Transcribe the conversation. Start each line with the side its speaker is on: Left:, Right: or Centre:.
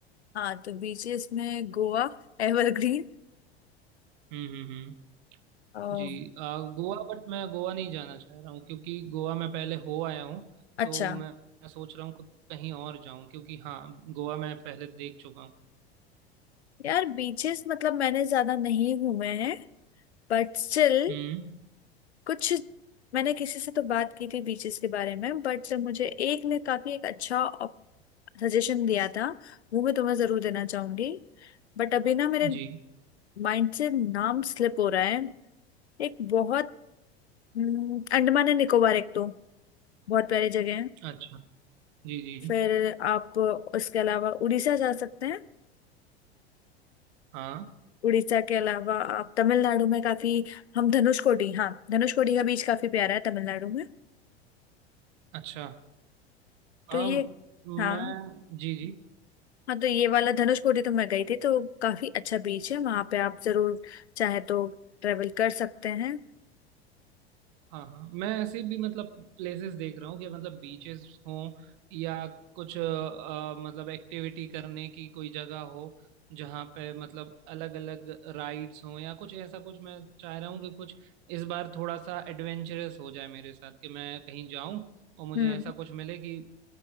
Left: हाँ तो बीचेस में गोवा एवरग्रीन
Right: हम्म हम्म हम्म
Left: अम,
Right: जी आ, गोवा बट मैं गोवा नहीं जाना चाह रहा हूँ क्योंकि गोवा मैं पहले हो आया हूँ
Left: अच्छा
Right: तो मैं मैं सोच रहा हूँ कुछ कहीं और जाऊं क्योंकि हाँ गोवा मैं पहले देख चुका हूँ
Left: यार बीचेस मतलब मैंने ज्यादा नहीं घूमे हैं बट स्टिल
Right: हम्म
Left: कुछ मैंने किसी से तो बात की थी बीचेस के बारे में बट जब मुझे एक ने काफी एक अच्छा सजेशन दिया था वो मैं तुम्हें जरूर देना चाहूंगी बट अभी ना मेरे
Right: जी
Left: माइंड से नाम स्लिप हो रहा है एक बहुत हम्म, अंडमान एंड निकोबार एक तो बहुत प्यारी जगह है
Right: अच्छा जी जी
Left: फिर आप उसके अलावा उड़ीसा जा सकते हैं
Right: हाँ
Left: उड़ीसा के अलावा आप तमिलनाडु में काफी हम धनुषकोडी हाँ धनुषकोडी का बीच काफी प्यारा है तमिलनाडु में
Right: अच्छा
Left: तो ये
Right: अम, मैं
Left: हाँ
Right: जी जी
Left: हाँ तो ये वाला धनुषकोडी तो मैं गई थी तो काफी अच्छा बीच है वहां पे आप जरूर चाहे तो ट्रेवल कर सकते हैं
Right: हाँ हाँ मैं ऐसे भी मतलब प्लेसेस देख रहा हूँ कि मतलब बीचेस हों या कुछ अ, अ, मतलब एक्टिविटी करने की कोई जगह हो जहाँ पे मतलब अलग अलग राइड्स हों या कुछ ऐसा कुछ मैं चाह रहा हूँ कि कुछ इस बार थोड़ा सा एडवेंचरस हो जाए मेरे साथ कि मैं कहीं जाऊं और मुझे
Left: हम्म
Right: ऐसा कुछ मिले कि